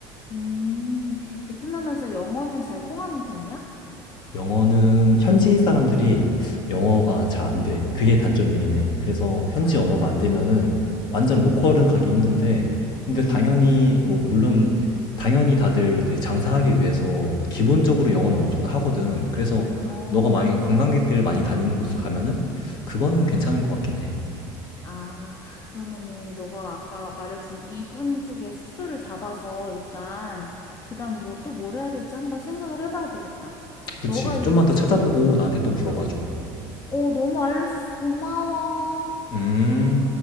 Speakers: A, on the left; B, on the left.
A: 음, 베트남에서 영어는 잘 통하는 편이야?
B: 영어는 현지 사람들이 영어가
A: 응.
B: 잘 안 돼. 그게 단점이긴 해. 그래서 현지
A: 아,
B: 언어가 안 되면은 완전
A: 어,
B: 로컬은 가기 힘든데, 근데 당연히,
A: 음,
B: 뭐, 물론, 당연히 다들 이제 장사하기 위해서 기본적으로 영어는 어느 정도 하거든. 그래서
A: 어.
B: 너가 만약에 관광객들 많이 다니는 곳을 가면은 그거는 괜찮은 것 같긴 해.
A: 아, 그러면은 너가 아까 말해준 이군 쪽에 숙소를 잡아서 일단 그다음 뭐 또 뭘 해야 될지 한번 생각을 해봐야 되겠다.
B: 그치.
A: 너가 이거
B: 좀만 더 찾아보고
A: 어,
B: 나한테 또 물어봐줘.
A: 어, 너무 알려줘서 고마워.
B: 음.